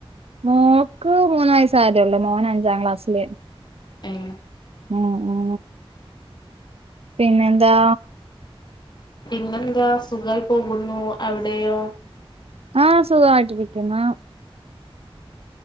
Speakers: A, on the right; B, on the left.
A: മോക്ക് മൂന്ന വയസ്സ ആതേള്ള മോന് അഞ്ചാം ക്ലാസ്സില്
B: ഉം
A: ഉം ഉ പിന്നെ എന്താ
B: പിന്നെന്താ സുഖമായി പോകുന്നു അവിടെയോ
A: ആഹ് സുഖമായിട്ടിരിക്കുന്നു